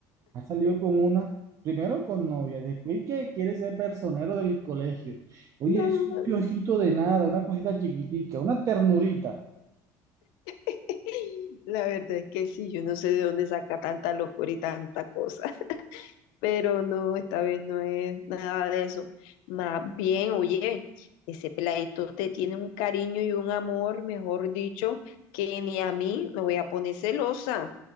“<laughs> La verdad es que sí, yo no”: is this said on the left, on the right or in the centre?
Left